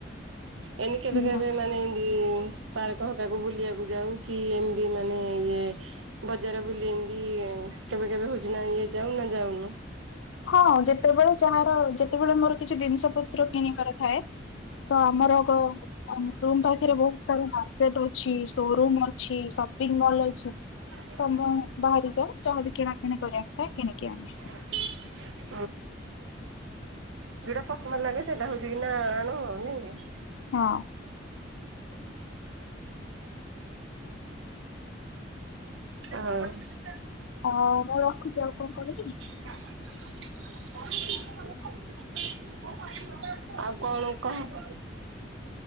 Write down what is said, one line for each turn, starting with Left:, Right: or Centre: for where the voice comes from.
Right: ଏନି କେବେ
Left: ହୁଁ।
Right: କେବେ ମାନେ ଏନ୍ନ୍ଦି ପାର୍କ ହକାକୁ ବୁଲିଆକୁ ଯାଉ କି ଏମତି ମାନେ ଇଏ ବଜାର ବୁଲି ଏମିତି କେବେ କେବେ ହଜୁନା ଇଏ ଯାଉ ନା ଯାଉନୁ?
Left: ହଁ ଯେତେବେଳେ ଯାହାର ଯେତେବେଳେ ମୋର କିଛି ଦିନିଷ ପତ୍ର କିଣିବାର ଥାଏ ତ ଆମର ଗୋ ଆମ ରୁମ୍ ପାଖରେ ବହୁତ ସାରା ମାର୍କେଟ୍ ଅଛି ସୋରୁମ୍ ଅଛି ସପିଂ ମଲ୍ ଅଛି।
Right: <unintelligible>
Left: ତ ମୁଁ ବାହାରି ଯାଏ ଯାହା ବି କିଣାକିିଣି କରିବାକୁ ଥାଏ କିଣିକି ଆଣେ।
Right: ଉଁ <unintelligible> ଯୋଉଟା ପସନ୍ଦ ଲାଗେ ସେଇଟା ହଉଛି କିି ନା ଆଣୁ ଆଉ ନାଇଁ କି
Left: ହଁ।
Right: <unintelligible>
Left: ଅ ମୁଁ ରଖୁଚି ଆଉ କଣ କହିବେ ଇ?
Right: <unintelligible> ଆଉ କଣ କହ?